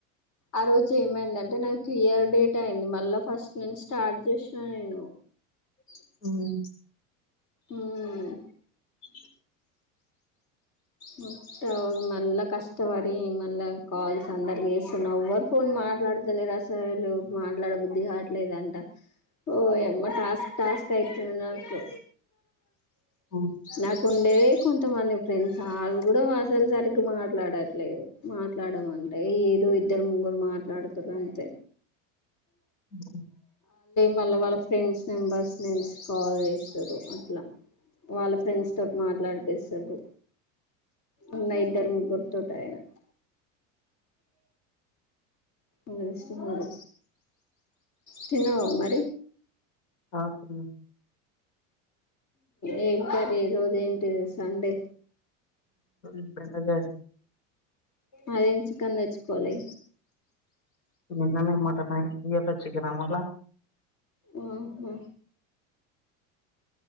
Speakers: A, on the left; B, on the left.
A: ఆ రోజు ఏమైందింటే నాకు క్లియర్ డేట్ అయింది మళ్ళా ఫస్ట్ నుంచి స్టార్ట్ చేసినా నేను
B: మ్
A: మ్మ్
B: అ
A: మత్త అ మళ్ళ కష్టపడి మళ కాల్స్ అందరిసున్నా ఒవ్వరు ఫోన్ మ మాట్లాడతలేరసలు మాట్లాడ బుద్ధి కావట్లేదంట ఓ యమ్మ టాస్క్ టాస్క్ అయితుంది నాకు
B: హ్మ్.
A: నాకు ఉండేదే కొంతమంది ఫ్రెండ్స్ వాళ్ళు కూడా వాసలు సరిగ్గా మాట్లాడట్లేదు మాట్లాడంటే ఏదో ఇద్దరు ముగ్గురు మా మాట్లాడుతుర్రు అంతే
B: కీ
A: మళ్ళ వాళ్ళ ఫ్రెండ్స్ నెంబర్స్ నుంచి కాల్ చేస్తురు అట్లా వాళ్ళ ఫ్రెండ్స్ తోటి మాట్లాడిపిస్తురు ఉన్నా ఇద్దరు ముగ్గురు <inaudible> ఎవళోస్తున్నారో తిన్నవామరి
B: ఆ తిన్న
A: ఏం కర్రీ ఈ రోజు ఏంటిది సండే
B: ఎప్పుడన్నా గాని
A: అదేంది చికెన్ తెచ్చుకోలే
B: నిన్ననే మట్టన్ అయే ఈ రోజే చికెనా మల్ల
A: ఆహా